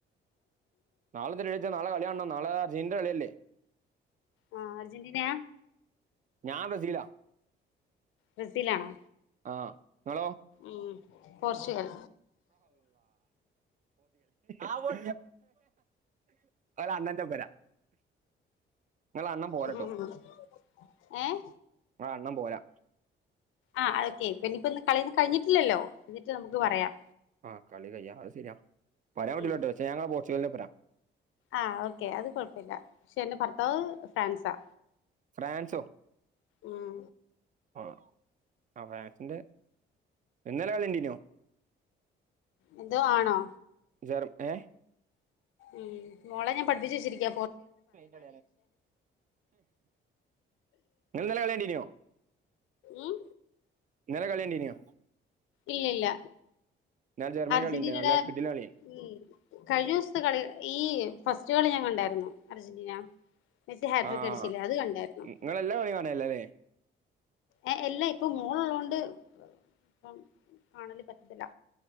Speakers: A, on the right (about 40°); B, on the left (about 85°).
A: നാളെ തിച്ച നാളെ കളിയ നാളെീ കളിയല്ലേ
B: ആഹ് അർജന്റീന
A: ഞാൻ റസീലാ
B: ബ്രസീൽാണോ
A: ആഹ നിങ്ങളോ
B: ഉം പോർച്ചുഗൽ
A: ആ ഒ അണന്റെപ്പരാ നിങ്ങള അണംണം പോരട്ടോ
B: ഉം ഏഹ്
A: നിങ്ങള അണംൻ പോരാ
B: ആഹ് ഓക്കെ പിന്നെയിപ്പോൊന്ന് കളയന്ന് കഴിഞ്ഞിട്ടില്ലല്ലോ എന്നിട്ട് നമുക്ക് പറയാം
A: ആ ആ കളി കയ്യ അത് ശരിയാ പറയാൻ വട്ടില്ലോട്ട്
B: ഉം
A: പക്ഷേ ഞങ്ങ പോർച്ചുഗലിെ പോരാം
B: ആഹ് ഓക്കെ അത് കൊഴപ്പില്ല പക്ഷെ എന്റെ ഭർത്താവ് ഫ്രാൻസാ
A: ഫ്രാൻസോ
B: ഉം
A: ആ ആ ഫ്രാൻസിന്റെ എന്നല്ല കളണ്ടീനോ
B: എന്ത ആണോ
A: ജർ ഏ
B: ഉം മോളെ ഞാൻ പഠിപ്പിച്ച വെച്ചിരിക്ക
A: നിങ്ങ നല്ല കളണ്ടനോ
B: ഉം
A: ഇന്നലെ കളി ഉണ്ടീനോ
B: ഇല്ലല്ല
A: ഇന്നലെ ജർമ്മനിന്റെ
B: അർജന്റീനയുടെ
A: കളി ഉണ്ട് നല്ല കിടിലൻ കളിയാണ്
B: ഉ കഴിഞ്ഞ ദിവസത്തെ കള ഈ ഫസ്റ്റ് ചോളി ഞങ്ങണ്ടായിരുന്നു അർജന്റീന മെസ്സി ഹാട്രിക്
A: ആഹ
B: അടിച്ചില്ലേ അത് കണ്ടായിരുന്നു
A: നിങ്ങളെല്ലാം കണ കാണല്ലേല്ലേ
B: ഏ എല്ലാ ഇപ്പൊ മോളള്ള കൊണ്ട് ഇപ്പം കാണല് പറ്റത്തില്ല